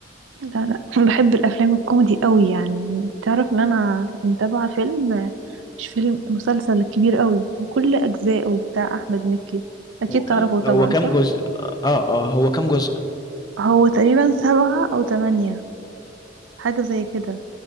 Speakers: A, on the right (about 85°); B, on the left (about 20°).
A: لا لا <laughs> بحب الافلام الكوميدي قوي يعني تعرف ان انا متابعه فيلم مش فيلم مسلسل كبير قوي بكل اجزائه بتاع احمد مكي اكيد
B: هو
A: تعرفه
B: كام
A: طبعا
B: هو كام
A: صح
B: جزء اه اه آه، هو كام جزء
A: هو تقريبا سبعة او تمانية حاجه زي كده